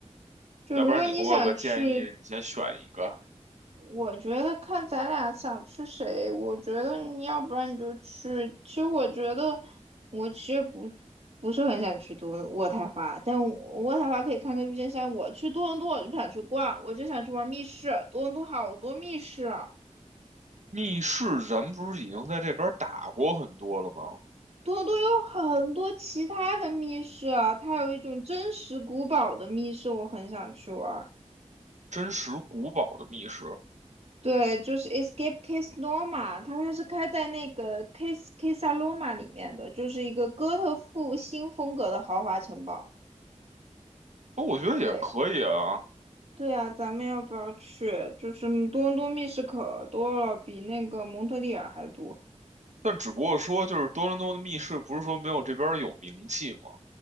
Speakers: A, on the right (about 55°); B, on the right (about 70°).
A: 就如果你想去，
B: 要不然你给我个建议，你先选一个。
A: 我觉得看咱俩想去谁，我觉得你要不然你就去。其实我觉得我其实不不是很想去多卧太华，但渥渥太华可以看看郁金香。我去多伦多我就不想去逛，我就想去玩密室。多伦多好多密室，
B: 密室咱们不是已经在这边儿打过很多了吗？
A: 多伦多有很多其他的密室啊，它有一种真实古堡的密室，我很想去玩。
B: 真实古堡的密室，
A: 对，就是 Escape Case Norma，它它是开在那个 Case Casa Loma 里面的，就是一个哥特复兴风格的豪华城堡。
B: 哦我觉得也可以啊。
A: 对，对啊，咱们要不要去？就是多伦多密室可多了，比那个蒙特利尔还多。
B: 但只不过说，就是多伦多的密室不是说没有这边儿有名气吗？